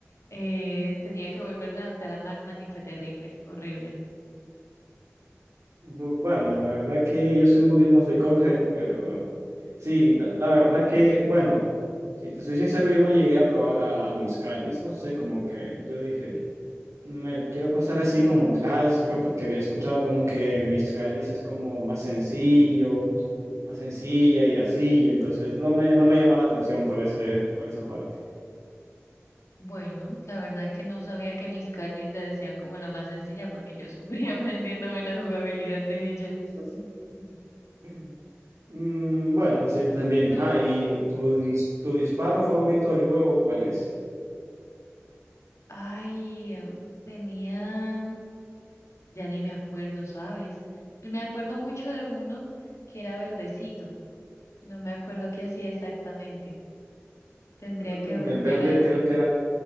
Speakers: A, on the left; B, on the right.
A: eh, tenía que volverme a adaptar a Pac-Man y fue terrible, horrible.
B: Bu- Bueno, la verdad que yo soy un poquito más de Cuphead, pero sí, la, la verdad que, bueno, Si te soy sincero, yo no llegué a probar a, a mis No sé, como que yo dije, me lo quiero pasar así como clásico, porque había escuchado como que mis es como más sencillo, más sencilla y así. Y Entonces no me, no me llamó la atención por ese, por esa parte.
A: Bueno, la verdad que no sabía que mis Calis la decían como la más sencilla porque yo sufrí <laughs> aprendiéndome la jugabilidad de ella.
B: <laughs> Mm, bueno, sí, también.
A: Te-
B: Ah, ¿y tu, dis- tu disparo favorito del juego cuál es?
A: Ay, em, tenía, ya ni me acuerdo, ¿sabes? Me acuerdo mucho de uno que era verdecito. No me acuerdo qué hacía exactamente. Tendría
B: Mm,
A: que volver
B: el verde,
A: a,
B: creo que era.